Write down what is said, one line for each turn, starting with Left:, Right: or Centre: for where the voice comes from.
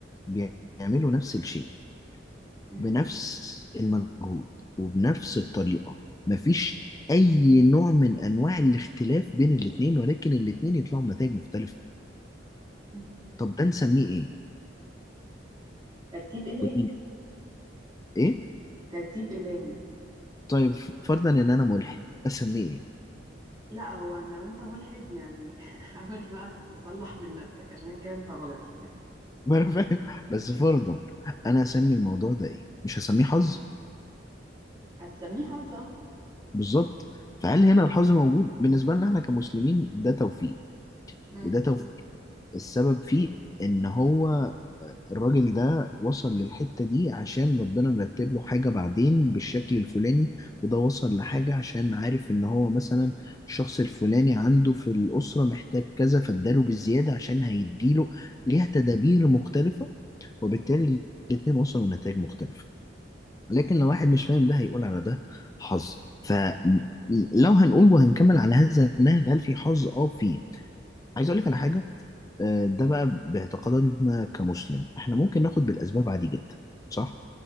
Left: بيعملوا نفس الشيء
Right: مم.
Left: بنفس المجهود وبنفس الطريقة مفيش اي نوع من انواع الاختلاف بين الاتنين ولكن الاتنين يطلعوا بنتائج مختلفة
Right: مم.
Left: طب ده نسميه ايه
Right: ترتيب إلهي
Left: ودي ايه
Right: ترتيب إلهي
Left: طيب فرضا ان انا ملحد اسميه ايه
Right: لا هو لو انت ملحد يعني <laughs> حاول بقى تصلح من نفسك عشان كده انت غلط
Left: <laughs> ما انا فاهم بس فرضا انا اسمي الموضوع ده ايه مش هسميه حظ
Right: هتسميه حظة
Left: بالظبط فهل هنا الحظ موجود بالنسبة لنا احنا كمسلمين ده توفيق
Right: مم.
Left: وده توفيق السبب فيه ان هو الراجل ده وصل للحتة دي عشان ربنا مرتب له حاجة بعدين بالشكل الفلاني وده وصل لحاجة عشان عارف ان هو مثلا الشخص الفلاني عنده في الأسرة محتاج كذا فاداله بالزيادة عشان هيديله ليها تدابير مختلفة وبالتالي الاتنين وصلوا لنتائج مختلفة لكن لو واحد مش فاهم ده هيقول على ده حظ فلو هنقول وهنكمل على هذا النهج هل في حظ اه فيه عايز اقول لك على حاجه آه، ده بقى باعتقادنا كمسلم احنا ممكن ناخد بالاسباب عادي جدا صح